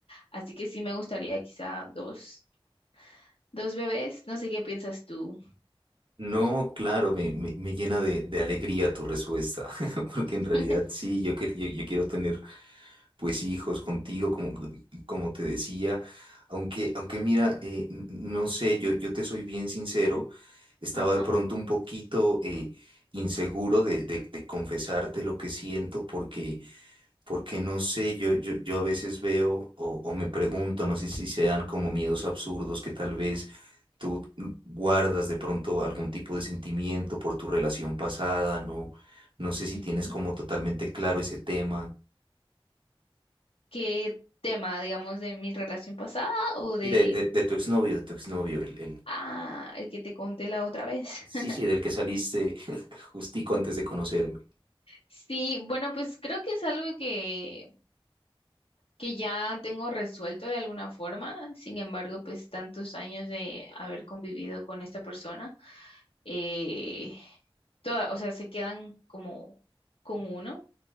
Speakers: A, on the left; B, on the right.
A: Así que sí me gustaría quizá dos, dos bebés. No sé qué piensas tú.
B: No, claro, me, me- me llena de, de alegría tu respuesta, <laughs> porque
A: <laughs>
B: en realidad sí, yo, que- yo, yo quiero tener pues hijos contigo, como, como te decía, aunque, aunque mira, eh, n- no sé, yo, yo te soy bien sincero, estaba
A: Ajá.
B: de pronto un poquito eh, inseguro de, de, de confesarte lo que siento, porque porque no sé, yo, yo, yo a veces veo o, o me pregunto, no sé si sean como miedos absurdos que tal vez tú guardas de pronto algún tipo de sentimiento por tu relación pasada, no, no sé si
A: Ujú.
B: tienes como totalmente claro ese tema.
A: ¿Qué tema, digamos, de mi relación pasada o de,
B: Y de, de, de tu exnovio, de tu exnovio, el, el,
A: ah, el que te conté la otra vez?
B: sí,
A: <laughs>
B: sí, del que saliste <laughs> justico antes de conocerme.
A: Sí, bueno, pues creo que es algo que que ya tengo resuelto de alguna forma. Sin embargo, pues tantos años de haber convivido con esta persona, eh, toda, o sea, se quedan como con uno.